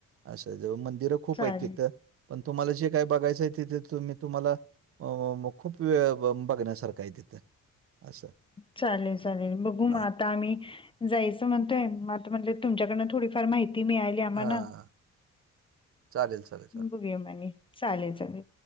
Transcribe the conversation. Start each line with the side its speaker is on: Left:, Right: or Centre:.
Right: असं जवळ मंदिरं खूप
Left: चालेल.
Right: आहेत तिथं. पण तुम्हाला जे काय बघायचंय तिथे तुम्ही तुम्हाला म म म मग खूप वेळ बघण्यासारखं आहे तिथं असं.
Left: चालेल चालेल बघू
Right: हां,
Left: मग आता आम्ही जायचं म्हणतोय म आता म्हणलेत तुमच्याकडंन थोडीफार माहिती मिळा ली आम्हाना
Right: हां. चालेल, चालेल, चालेल.
Left: बघुया म आणि चालेल चालेल.